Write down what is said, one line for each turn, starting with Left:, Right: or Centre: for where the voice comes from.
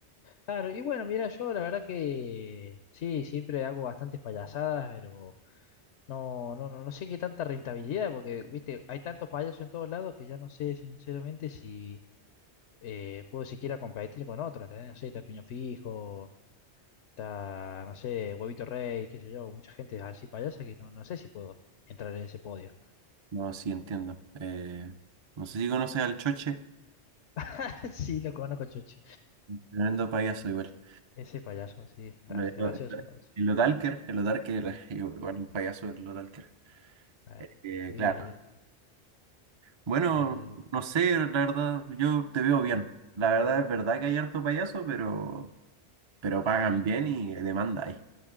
Left: Claro, y bueno, mira, yo la verdad que sí, siempre hago bastantes payasadas, pero. No, no, no, no sé qué tanta rentabilidad, porque, viste, hay tantos payasos en todos lados que ya no sé, sinceramente, si eh, puedo siquiera competir con otro, ¿entendés? No sé, está Piño Fijo, está, no sé, Huevito Rey, qué sé yo, mucha gente así payasa que no, no sé si puedo entrar en ese podio.
Right: No, sí, entiendo. Eh, no sé si conoces al Choche,
Left: <laughs> Sí, lo conozco, el Chocho.
Right: tremendo payaso igual.
Left: Ese payaso, sí, gracias,
Right: Lo- lo-
Left: gracioso
Right: lo-
Left: el payaso.
Right: Y lo Dalker, los Dalker, <laughs> igual un payaso el Dalker.
Left: Bueno,
Right: Eh,
Left: sí,
Right: claro.
Left: el,
Right: Bueno,
Left: el-
Right: no sé, la verdad, yo te veo bien. La verdad es verdad que hay harto payaso, pero, pero pagan bien y demanda hay.